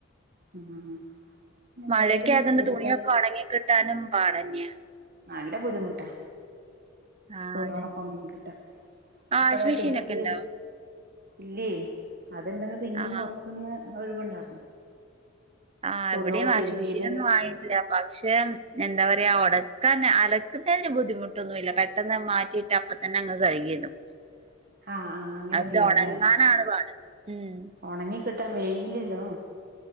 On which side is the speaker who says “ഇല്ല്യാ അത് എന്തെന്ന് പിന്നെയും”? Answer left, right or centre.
Right